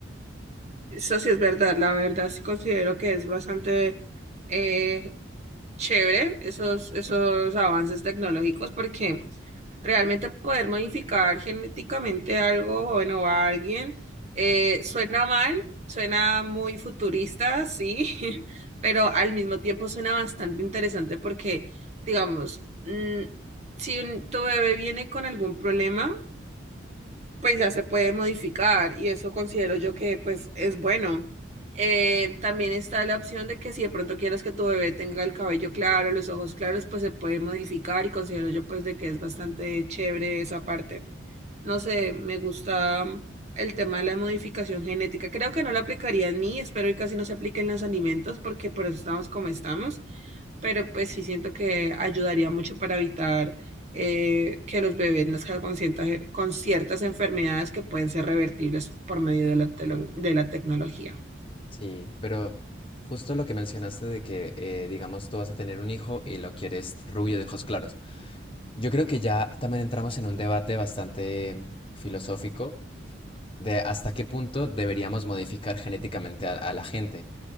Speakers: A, on the right (about 35°); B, on the left (about 25°).
A: Eso sí es verdad, la verdad sí considero que es bastante eh, chévere esos, esos avances tecnológicos porque realmente poder modificar genéticamente algo bueno, a alguien eh, suena mal, suena muy futurista, sí, <laughs> pero al mismo tiempo suena bastante interesante porque, digamos, mm, si un- tu bebé viene con algún problema, pues ya se puede modificar y eso considero yo que pues es bueno. Eh, también está la opción de que si de pronto quieres que tu bebé tenga el cabello claro, los ojos claros, pues se puede modificar y considero yo pues de que es bastante chévere esa parte. No sé, me gusta mm, el tema de la modificación genética. Creo que no lo aplicaría en mí, espero que casi no se aplique en los alimentos porque por eso estamos como estamos, pero pues sí siento que ayudaría mucho para evitar eh, que los bebés nazcan con ciertas, con ciertas enfermedades que pueden ser revertibles por medio de la, telo- de la tecnología.
B: Sí, pero justo lo que mencionaste de que, eh, digamos, tú vas a tener un hijo y lo quieres rubio de ojos claros. Yo creo que ya también entramos en un debate bastante filosófico de hasta qué punto deberíamos modificar genéticamente a, a la gente,